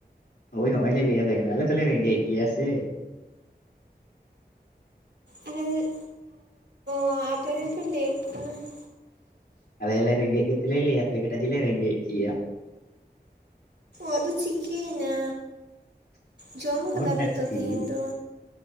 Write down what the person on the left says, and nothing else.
ᱦᱳᱭ ᱦᱚᱜᱼᱚᱭ ᱞᱮ ᱞᱟᱹᱭᱟᱯᱮ ᱠᱟᱱᱟ ᱟᱞᱮ ᱛᱚᱞᱮ ᱨᱮᱸᱜᱮᱡ ᱜᱮᱭᱟ ᱥᱮ ᱾
ᱟᱞᱮ ᱞᱮ ᱨᱮᱸᱜᱮᱡ ᱜᱮᱛᱮ ᱞᱮ ᱞᱮᱭᱟᱯᱮ ᱠᱟᱱᱟ ᱡᱮᱞᱮ ᱨᱮᱸᱜᱮᱡ ᱜᱮᱭᱟ ᱾
ᱚᱱᱟ
ᱠᱷᱟᱹᱛᱤᱨ